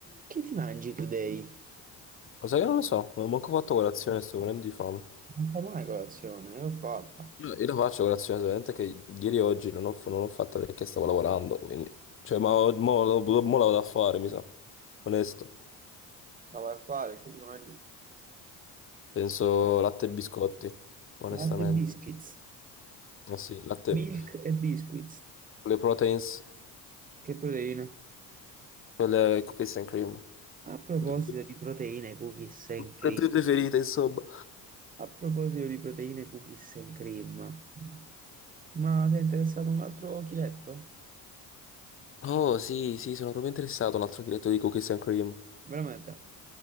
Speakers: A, on the right (about 25°); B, on the left (about 30°).
A: Che ti mangi today?
B: Lo sai che non lo so, non ho manco fatto colazione, sto morendo di fame.
A: Non fai mai colazione, l'ho fatta.
B: Io io la faccio colazione, solamente che ieri e oggi non ho, non l'ho fatta perché stavo lavorando, quindi... Cioè, ma ho- mo, lo- mo la vado a fare, mi sa. Onesto.
A: La vai a fare, che ti mangi?
B: Penso latte e biscotti, onestamente.
A: Latte e biscuits.
B: Eh sì, latte...
A: Milk e biscuits.
B: Le proteins,
A: Che proteine?
B: quelle cookies and cream.
A: A proposito
B: Le
A: di proteine, cookies and cream.
B: tue preferite, insomma.
A: A proposito di proteine, cookies and cream. Ma sei interessato a un altro chiletto?
B: Oh, sì, sì, sono proprio interessato a un altro chiletto di cookies and cream.
A: Veramente?